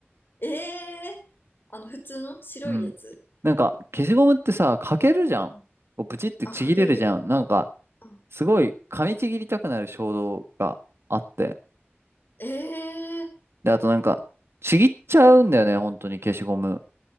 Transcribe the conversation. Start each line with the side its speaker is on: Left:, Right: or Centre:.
Left: た。えー、あの普通の白いやつ。
Right: うん。なんか、消しゴムってさ、かけるじゃん。
Left: うん
Right: こうブチってちぎれるじゃん。
Left: あ、かける。
Right: なんか、
Left: うん、
Right: すごい噛みちぎりたくなる衝動があって。
Left: えー、
Right: で、あとなんか、ちぎっちゃうんだよね、本当に消しゴム。